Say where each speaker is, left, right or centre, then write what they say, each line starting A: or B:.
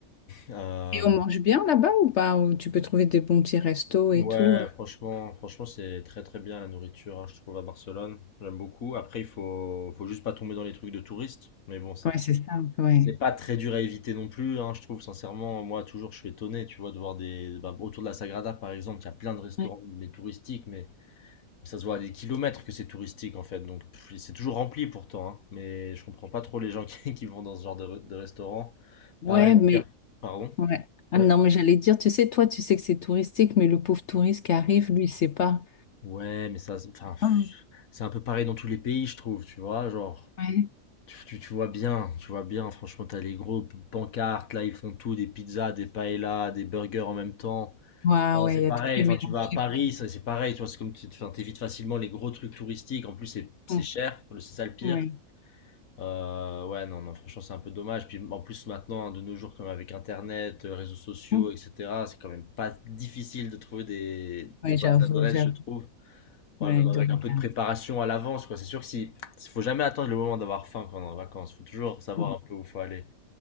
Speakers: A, on the left (about 75°); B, on the left (about 60°).
A: Euh,
B: Et on mange bien là-bas ou pas? Ou tu peux trouver des bons petits restos et
A: Ouais,
B: tout? euh.
A: franchement, franchement, c'est très très bien la nourriture, hein, je trouve, à Barcelone. J'aime beaucoup. Après, il faut, faut juste pas tomber dans les trucs de touristes. Mais bon, c'est,
B: Ouais, c'est ça, ouais.
A: c'est pas très dur à éviter non plus, hein, je trouve, sincèrement. Moi, toujours, je suis étonné, tu vois, de voir des. bah, autour de la Sagrada, par exemple, il y a plein de restaurants,
B: Ouais,
A: mais touristiques, mais ça se voit à des kilomètres que c'est touristique, en fait. Donc, pff, c'est toujours rempli pourtant, hein, mais je comprends pas trop les gens qui, <laughs> qui vont dans ce genre de, re- de restaurant.
B: Ouais,
A: Pareil, dans
B: mais
A: le Car- Pardon?
B: ouais. Ah
A: Ouais.
B: Non, mais j'allais dire, tu sais, toi, tu sais que c'est touristique, mais le pauvre touriste qui arrive, lui, il sait pas.
A: Ouais, mais ça, c'est- enfin, pff,
B: Hum,
A: c'est un peu pareil dans tous les pays, je trouve, tu vois, genre,
B: ouais,
A: tu, tu- tu vois bien, tu vois bien, franchement, t'as les gros p- pancartes, là, ils font tout, des pizzas, des paellas, des burgers en même temps.
B: ouais,
A: Enfin,
B: ouais,
A: c'est
B: il y
A: pareil,
B: a tout qui est
A: enfin,
B: mélangé,
A: tu vas à Paris,
B: quoi.
A: ça, c'est pareil, tu vois, c'est comme, tu enfin, t'évites facilement les gros trucs touristiques, en plus, c'est c'est
B: Hum,
A: cher, c'est ça le pire.
B: ouais,
A: Euh, ouais, non, non, franchement, c'est un peu dommage. Puis en plus, maintenant, hein, de nos jours, comme avec Internet, euh, réseaux sociaux,
B: Hum,
A: etc., c'est quand même pas difficile de trouver des, des
B: ouais,
A: bonnes
B: j'avoue,
A: adresses,
B: j'avoue.
A: je trouve.
B: Ouais,
A: Ouais, même
B: de
A: avec
B: regard.
A: un peu de préparation à l'avance, quoi. C'est sûr que si, si faut jamais attendre le moment d'avoir faim quand on est en vacances. Faut toujours savoir
B: Hum,
A: un peu où faut aller.